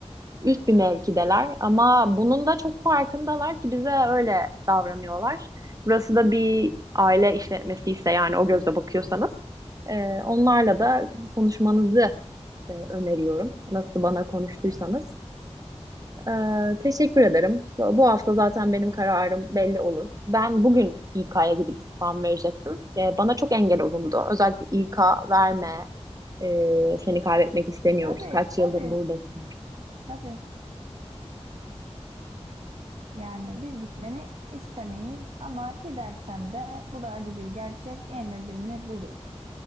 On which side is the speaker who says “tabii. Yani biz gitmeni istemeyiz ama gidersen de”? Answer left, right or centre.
Right